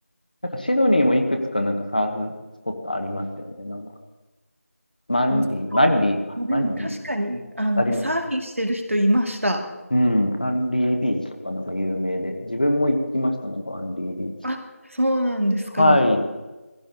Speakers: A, on the left; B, on the right.
A: なんかシドニーもいくつかなんかサーフスポットありますよね、なんか。マンリー、
B: うん
A: マンリーか、
B: でも確かに、
A: マンリー。
B: あの、
A: あります
B: サーフィンしてる人いました。
A: うん、アンリービーチとかなんか有名で、自分も行きました、なんかアンリービーチ。
B: あ、そうなんですか。
A: はい。